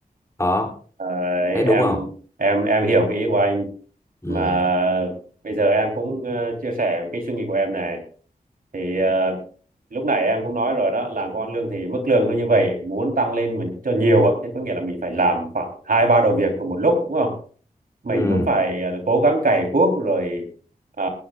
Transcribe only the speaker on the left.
đó
thấy đúng
không
ừ
ừ